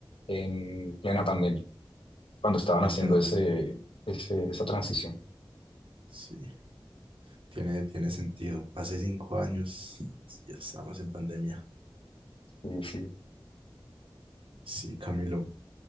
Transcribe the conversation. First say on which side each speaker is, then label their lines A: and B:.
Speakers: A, on the left; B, on the right.
A: en plena pandemia. cuando estaban
B: En
A: haciendo
B: plena
A: ese,
B: pandemia.
A: ese- esa transición.
B: Sí, tiene, tiene sentido. Hace cinco años ya estamos en pandemia.
A: Sí, sí.
B: Sí, Camilo.